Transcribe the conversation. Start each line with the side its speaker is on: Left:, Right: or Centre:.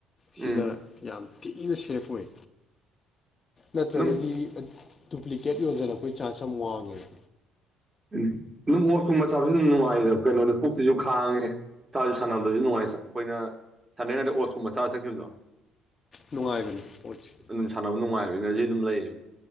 Right: ꯎꯝ
Left: ꯁꯤꯅ ꯌꯥꯝ ꯊꯤꯅ ꯁꯦꯐ ꯑꯣꯏ ꯅꯠꯇ꯭ꯔꯒꯗꯤ
Right: ꯑꯗꯨꯝ
Left: ꯑꯥ ꯗꯨꯄ꯭ꯂꯤꯀꯦꯠ ꯌꯣꯟꯁꯤꯜꯂꯛꯄꯩ ꯆꯥꯟꯁ ꯌꯥꯝ ꯋꯥꯡꯉꯦꯕ
Right: ꯎꯝ ꯑꯗꯨꯝ ꯑꯣꯠꯁ ꯀꯨꯝꯕ ꯆꯥꯕꯁꯨ ꯑꯗꯨꯝ ꯅꯨꯡꯉꯥꯏꯗ ꯀꯩꯅꯣꯗ ꯄꯨꯛꯁꯤꯁꯨ ꯈꯥꯡꯉꯦ ꯁꯥꯁꯨ ꯁꯥꯟꯅꯕꯁꯨ ꯅꯨꯡꯉꯥꯏ ꯑꯩꯈꯣꯏꯅ ꯁꯥꯟꯅꯉꯩꯗ ꯑꯣꯠꯁꯀꯨꯝꯕ ꯆꯥ ꯆꯠꯈꯤꯕꯗꯣ
Left: ꯅꯨꯡꯉꯥꯏꯕꯅꯤ ꯑ‌ꯣꯠꯁ
Right: ꯑꯗꯨꯝ ꯁꯥꯟꯅꯕ ꯅꯨꯡꯉꯥꯏꯕ ꯑ‌ꯦꯅꯔꯖꯤ ꯑꯗꯨꯝ ꯂꯩ